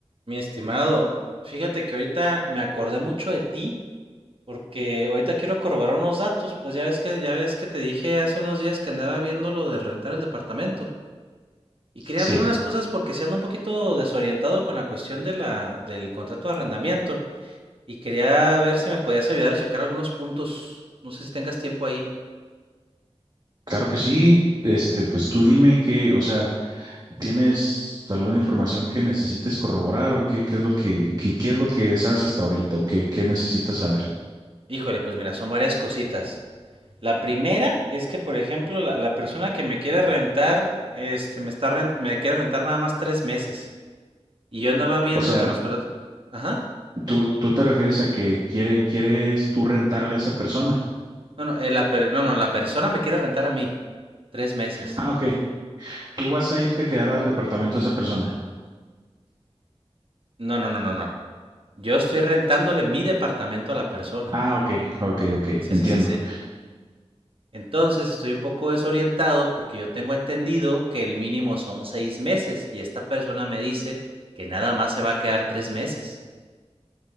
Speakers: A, on the right (about 55°); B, on the right (about 40°).
A: Mi estimado, fíjate que ahorita me acordé mucho de ti porque ahorita quiero corroborar unos datos, pues ya ves que ya ves que te dije hace unos días que andaba viendo lo de rentar el departamento y quería
B: Sí,
A: ver unas cosas porque se ando un poquito desorientado con la cuestión de la del contrato de arrendamiento y quería ver si me podías ayudar a checar algunos puntos. No sé si tengas tiempo ahí.
B: claro que sí. Este, pues tú dime que, o sea, ¿tienes alguna información que necesites corroborar o qué, qué es lo que, qué, qué es lo que sabes hasta ahorita o qué, qué necesitas saber?
A: Híjole, pues mira, son varias cositas. La primera es que, por ejemplo, la, la persona que me quiere rentar, este, me está ren- me quiere rentar nada más tres meses. Y yo andaba viendo
B: O sea,
A: que nos contrató. Ajá.
B: tú, tú te refieres a que quiere, quieres tú rentarle a esa persona.
A: No, no, eh, la per- no, no, la persona me quiere rentar a mí. Tres meses.
B: Ah, ok. Tú vas a irte a quedar al departamento de esa persona.
A: No, no, no, no, no. Yo estoy rentándole mi departamento a la persona.
B: Ah, ok, ok, ok,
A: Sí,
B: entiendo.
A: sí, sí, sí. Entonces estoy un poco desorientado porque yo tengo entendido que el mínimo son seis meses y esta persona me dice que nada más se va a quedar tres meses.